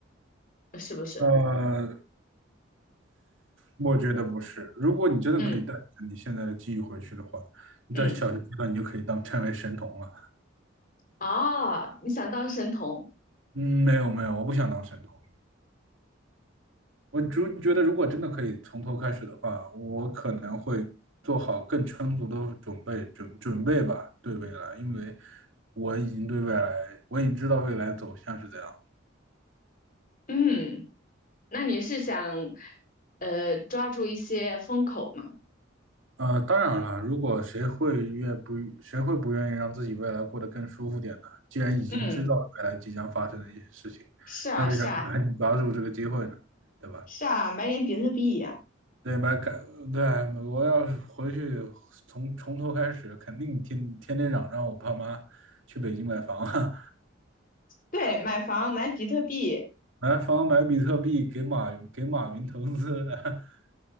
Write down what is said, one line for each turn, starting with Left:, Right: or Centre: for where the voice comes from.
Left: 是不是？
Right: 的？呃，我觉得不是。如果你真的可以带着你现在的记忆回去的话，
Left: 嗯
Right: 你在小学阶段你就可以当成为神童了。
Left: 嗯，哦，你想当神童？
Right: 嗯，没有没有，我不想当神童。我只觉得如果真的可以从头开始的话，我可能会做好更充足的准备，准准备吧，对未来，因为我已经对未来，我已经知道未来走向是怎样
Left: 嗯，那你是想呃抓住一些风口吗？
Right: 呃，当然了，如果谁会愿不，谁会不愿意让自己未来过得更舒服点呢？既然已经知道未来即将发生的一些事情，
Left: 嗯。是啊，
Right: 那为啥不赶紧抓住这个机会呢？
Left: 是啊，
Right: 对吧？
Left: 是啊，买点比特币呀、
Right: 对吧？赶，对，我要是回去从从头开始，肯定天天天嚷嚷我爸妈去北京买房啊，
Left: 对，买房，买比特币，
Right: <laughs> 买房买比特币，给马给马云投资，<laughs>